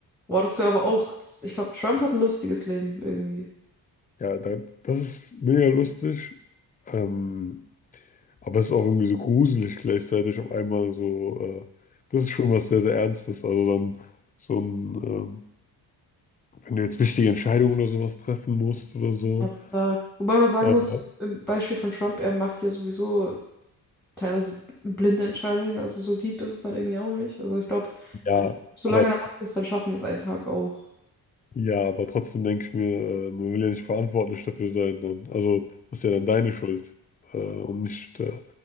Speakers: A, in the centre; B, on the left (about 20°).
A: Boah, das wäre aber auch, das, ich glaube, Trump hat ein lustiges Leben irgendwie.
B: Ja, da, das ist mega lustig. Ähm, aber es ist auch irgendwie so gruselig gleichzeitig auf einmal so. Äh, das ist schon was sehr, sehr Ernstes. Also dann so ein, ähm, wenn du jetzt wichtige Entscheidungen oder sowas treffen musst oder so.
A: Als Tag. Wobei man sagen
B: Äh,
A: muss, im Beispiel von Trump, er macht ja sowieso teilweise blinde Entscheidungen, also so deep ist es dann irgendwie auch nicht. Also ich glaube,
B: ja,
A: wenn solange
B: aber
A: er macht ist, dann schaffen wir es einen Tag auch.
B: ja, aber trotzdem denke ich mir, äh, man will ja nicht verantwortlich dafür sein dann. Also das ist ja dann deine Schuld. Äh, und nicht, äh,